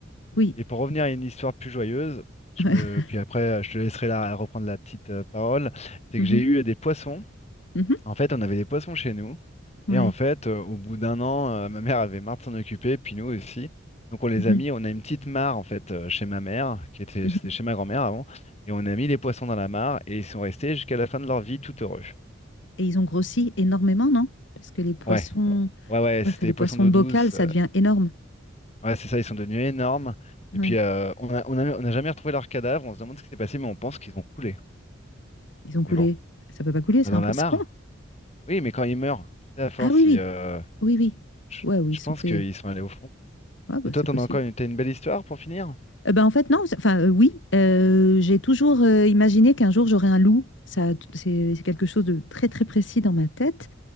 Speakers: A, on the left; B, on the left.
A: oui.
B: Et pour revenir
A: Ouais.
B: à une histoire plus joyeuse, je
A: <laughs>
B: me... puis après, je te laisserai la... reprendre la petite euh, parole. C'est
A: Mhm,
B: que j'ai eu des poissons.
A: mhm,
B: En fait, on avait des poissons chez nous.
A: ouais.
B: Et en fait, euh, au bout d'un an, euh, ma mère avait marre de s'en occuper, puis nous aussi. Donc on les
A: Mhm,
B: a mis, on a une petite mare en fait euh, chez ma mère, qui était,
A: mhm.
B: c'était chez ma grand-mère avant, et on a mis les poissons dans la mare et ils sont restés jusqu'à la fin de leur vie tout heureux.
A: Et ils ont grossi énormément, non? Parce que les poissons,
B: Ouais, ouais, ouais, c'était
A: ouais, enfin, les
B: des poissons
A: poissons
B: d'eau
A: de
B: douce.
A: bocal, ça
B: euh,
A: devient énorme.
B: ouais, c'est ça, ils sont devenus énormes. Et
A: Ouais.
B: puis euh, on a, on a- on n'a jamais retrouvé leurs cadavres, on se demande ce qui s'est passé, mais on pense qu'ils ont coulé.
A: Ils ont coulé.
B: Mais bon,
A: Ça peut pas couler,
B: Bah,
A: c'est
B: dans
A: un
B: la
A: poisson.
B: mare? Oui, mais quand ils meurent, tu sais, à force,
A: Ah oui, oui,
B: ils, euh,
A: oui, oui.
B: je
A: Ouais, oui,
B: je
A: ils sont
B: pense
A: faits
B: qu'ils sont allés au fond.
A: Ah bah,
B: Et toi,
A: c'est
B: t'en
A: possible.
B: as encore une, t'as une belle histoire pour finir?
A: Euh, bah, en fait, non, c'est- enfin, euh, oui, euh, j'ai toujours euh, imaginé qu'un jour j'aurais un loup. Ça, t- c'est c'est quelque chose de très, très précis dans ma tête